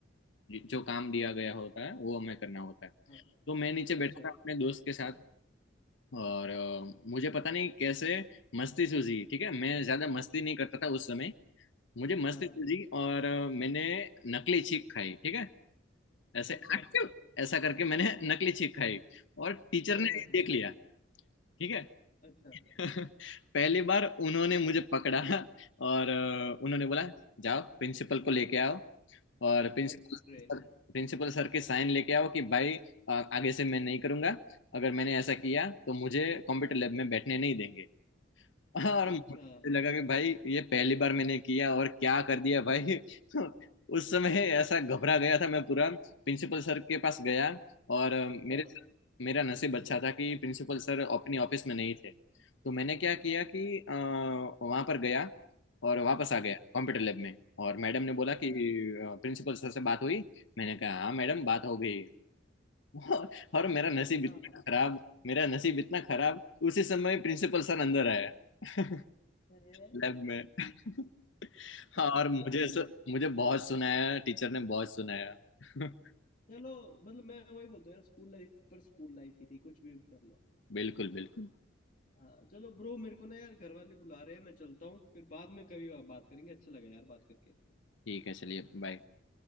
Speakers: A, on the left; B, on the left.
A: जो काम दिया गया होता है वो हमें करना होता है
B: हाँ
A: तो मैं नीचे बैठा
B: अच्छा
A: था अपने दोस्त के साथ और अ, मुझे पता नहीं कैसे मस्ती सूझी ठीक है मैं ज्यादा मस्ती नहीं करता था उस समय मुझे मस्ती
B: हाँ
A: सूझी और अ, मैंने नकली छींक खाई ठीक है ऐसे
B: अच्छा
A: "आक्यू!" ऐसा करके मैंने नकली छींक खाई और टीचर
B: हाँ
A: ने
B: हाँ
A: ये
B: हाँ
A: देख लिया ठीक है
B: अच्छा
A: <laughs> पहली बार उन्होंने मुझे पकड़ा और अ, उन्होंने बोला जाओ प्रिंसिपल को लेके आओ और प्रिंसिपल
B: अरे
A: सर प्रिंसिपल सर के साइन लेके आओ कि भाई अ, आगे से मैं नहीं करूंगा अगर मैंने ऐसा किया तो मुझे कंप्यूटर लैब में बैठने नहीं देंगे <laughs> और
B: अच्छा
A: मुझे लगा कि भाई ये पहली बार मैंने किया और क्या कर दिया भाई <laughs> उस समय ऐसा घबरा गया था मैं पूरा प्रिंसिपल सर के पास गया और अ, मेरे
B: हाँ हाँ
A: मेरा नसीब अच्छा था कि प्रिंसिपल सर अपनी ऑफिस में नहीं थे तो मैंने क्या किया कि वहां पर गया और वापस आ
B: हम्म
A: गया कंप्यूटर लैब में और मैडम ने बोला
B: अच्छा
A: कि प्रिंसिपल सर से बात हुई मैंने कहा हाँ मैडम बात हो गई <laughs> और मेरा नसीब
B: अच्छा
A: इतना खराब मेरा नसीब इतना खराब उसी समय प्रिंसिपल सर अंदर आया <laughs>
B: है
A: लैब में <laughs> हाँ,
B: बेचारे
A: और मुझे
B: यार
A: सु, मुझे बहुत सुनाया टीचर ने बहुत सुनाया <laughs>
B: चलो मतलब मैं वही बोलता हूँ यार स्कूल लाइफ पर स्कूल लाइफ ही थी कुछ भी कर लो
A: बिल्कुल बिल्कुल
B: हाँ चलो ब्रो मेरे को ना यार घर वाले बुला रहे हैं मैं चलता हूँ फिर बाद में कभी बात करेंगे अच्छा लगा यार बात करके
A: ठीक है चलिए बाय